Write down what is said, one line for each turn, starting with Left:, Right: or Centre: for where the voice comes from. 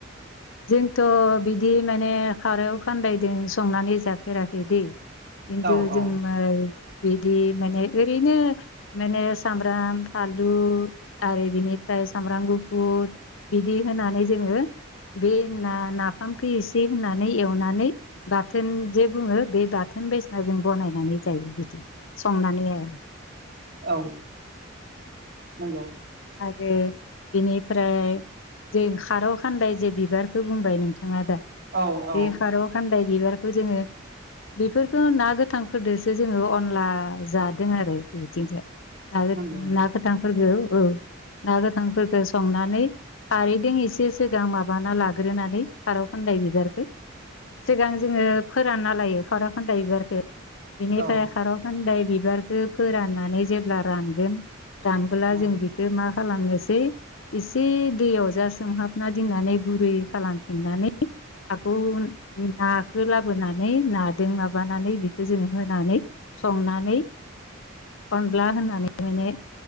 Left: जोंथ' बिदि माने खारौ खानदायजों संनानै जाफेराखै दै। खिन्थु
Right: औ
Left: जों
Right: औ
Left: मा बिदि माने ओरैनो माने‌ सामब्राम फानलु आरो बिनिफ्राय सामब्राम गुफुर बिदि होनानै जोङो बे ना-नाफामखौ एसे होननानै एवनानै नानै बाथोन जे बुङो बे बाथोन बायसिना जों बनायनानै जायो बिदि। संनानै औ
Right: औ नंगौ
Left: आरो बेनिफ्राय जे खारौ खान्दाय जे बिबारखौ बुंबाय नोंथाङा दा।
Right: औ औ
Left: बे खारौ खान्दाय बिबारखौ जोङो बेफोरखौ ना गोथांफोरदोंसो जोङो अनला जादों आरो बिथिंजाय। आरो
Right: नंगौ नंगौ
Left: ना गोथांफोरखौ औ ना गोथांफोरखौ संनानै खारैदों एसे सिगां माबाना लाग्रोनानै खारौ खान्दाय बिबारखौ सिगां जोङो फोरानना लायो खारौ खान्दाय बिबारखौ बिनिफ्राय
Right: औ
Left: खारौ खान्दाय बिबारखौ फोराननानै जेब्ला रानगोन रानबोला
Right: औ
Left: जों बेखौ मा खालामनोसै एसे दैयाव जा सोमहाबना दोननानै गुरै खालामफिननानै। आकौ नाखौ लाबोनानै नादों माबानानै बेखौ जोङो होनानै संनानै अनला होननानै माने